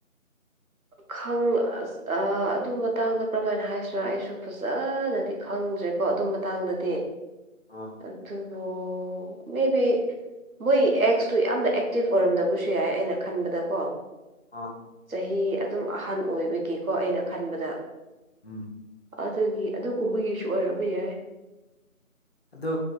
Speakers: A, on the right; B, on the left.
A: ꯈꯪ ꯑꯁ ꯑꯥ ꯑꯗꯨ ꯃꯇꯥꯡꯗ ꯀꯔꯝꯃꯥꯏꯅ ꯍꯥꯏꯁꯤꯔꯥ ꯑꯩꯁꯨ ꯐꯖꯅꯗꯤ ꯈꯪꯗ꯭ꯔꯦ ꯀꯣ ꯑꯗꯨ ꯃꯇꯥꯡꯗꯗꯤ
B: ꯑꯥ
A: ꯑꯗꯨꯕꯨ ꯃꯦꯕꯤ ꯃꯣꯏ ꯑꯦꯛꯁꯇꯨ ꯌꯥꯝꯅ ꯑꯦꯛꯇꯤꯚ ꯑꯣꯏꯔꯝꯗꯕꯁꯨ ꯌꯥꯏ ꯑꯩꯅ ꯈꯟꯕꯗꯀꯣ
B: ꯑꯥ
A: ꯆꯍꯤ ꯑꯗꯨꯝ ꯑꯍꯟ ꯑꯣꯏꯕꯒꯤꯀꯣ ꯑꯩꯅ ꯈꯟꯕꯗ
B: ꯎꯝ
A: ꯑꯗꯨꯒꯤ ꯑꯗꯨꯒꯨꯝꯕꯒꯤꯁꯨ ꯑꯣꯏꯔꯝꯕ ꯌꯥꯏ
B: ꯑꯗꯣ